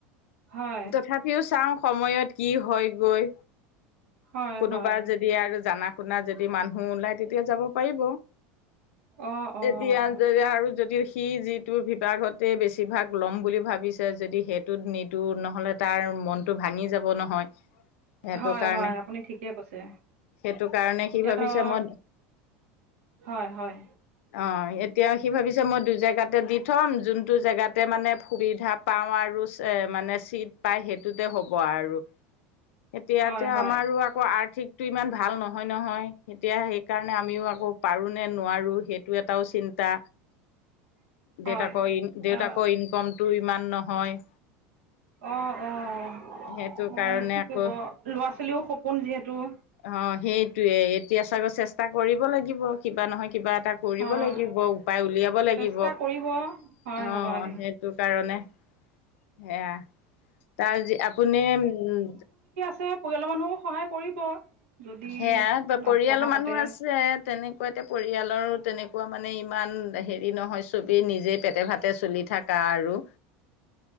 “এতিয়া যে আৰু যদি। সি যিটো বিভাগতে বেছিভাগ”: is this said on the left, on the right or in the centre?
Left